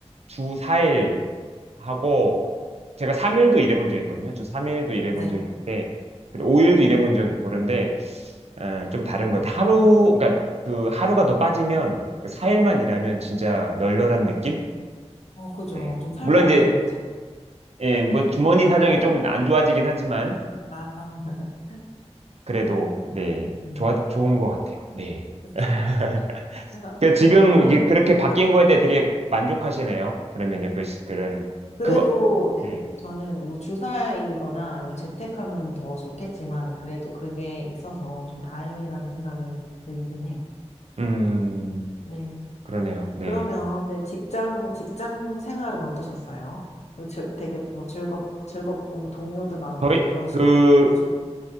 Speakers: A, on the right; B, on the left.
A: 주 4일 하고, 제가 3일도 일해본 적 있거든요. 주 3일도 일해본
B: 네,
A: 적 있는데, 그리고 5일도 일해본 적 있고, 그런데, 어, 좀 다른 것 같아요. 하루, 그러니까 그 하루가 더 빠지면, 4일만 일하면 진짜 널널한 느낌?
B: 어, 그죠.
A: 네.
B: 좀 살
A: 물론
B: 것 같아요.
A: 이제
B: 살-
A: 예, 뭐 주머니 사정이
B: 살아날
A: 조금
B: 것
A: 안 좋아지긴 하지만
B: 같아요. 아, <laughs>
A: 그래도 네,
B: 네,
A: 좋아 좋은 것 같아요. 네.
B: 그렇죠.
A: <laughs>
B: <laughs>
A: 그 지금
B: 그러면,
A: 이게 그렇게 바뀐
B: 일단,
A: 거에
B: 네.
A: 대해 되게 만족하시네요. 그러면요, 그 시- 그런
B: 그래도,
A: 그거
B: 네,
A: 음,
B: 저는 뭐 주사이거나 아니면 재택하면 더 좋겠지만, 그래도 그게 있어서 좀 다행이라는 생각이 들긴 해요.
A: 음,
B: 네.
A: 그러네요. 네,
B: 그러면, 네, 직장, 직장 생활은 어떠셨어요? 그 즐, 되게 뭐 즐겁, 즐겁고, 뭐 동료도 많고,
A: 저희
B: 뭐 이러시고,
A: 그
B: 어떠셨-